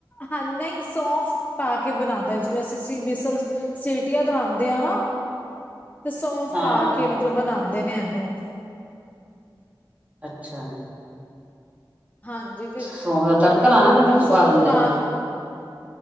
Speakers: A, on the left; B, on the right.
A: ਹਾ ਨਹੀਂ ਸੋਫ ਪਾ ਕੇ ਬਣਾਦੇ ਆ, ਜਿਵੇ ਅਸੀ ਸੀ ਵੀਸਲ ਸੀਟੀਆਂ ਦਵਾਂਦੇ ਆ ਨਾ, ਤੇ ਸੌਫ
B: ਹਾਂ
A: ਪਾ
B: ਹਾਂ
A: ਕੇ ਮਤਲਬ ਬਣਾਦੇ ਨੇ ਏਹਨੂੰ
B: ਅੱਛਾ।
A: ਹਾਂਜੀ ਫਿਰ
B: ਸੌਂਫ
A: ਅ
B: ਦਾ ਤੜਕਾ ਲਾਣਾ ਜਾਂ
A: ਮਤਲਬ
B: ਵਿੱਚ
A: ਸੋਫ
B: ਦਿੰਦੇ
A: ਪਾ ਕ